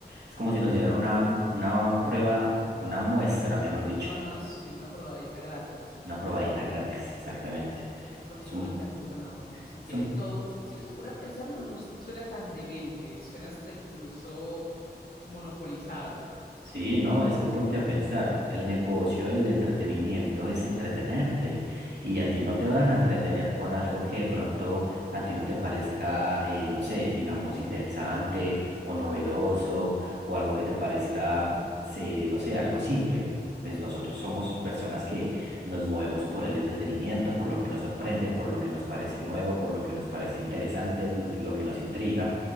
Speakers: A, on the right; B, on the left.
A: es como si nos dieran una, una prueba, una muestra, mejor dicho,
B: Ajá, sí, una probadita gratis.
A: una probadita gratis, exactamente.
B: Y con
A: Es
B: eso
A: un,
B: lo engatusan a uno. Si
A: es
B: tiene
A: un
B: todo, si uno se pone a pensarlo, no suena tan demente, suena hasta incluso monopolizado.
A: Sí, no, es que ponte a pensar, el negocio del entretenimiento es entretenerte
B: Ujú.
A: y a ti no te van a entretener con algo que de pronto a ti no te parezca, eh, no sé, digamos, interesante o novedoso o algo que te parezca, se- no sé, algo simple. Pues nosotros somos personas que nos movemos por el entretenimiento, por lo que nos sorprende, por lo que nos parece nuevo, por lo que nos parece interesante, lo que, lo que nos intriga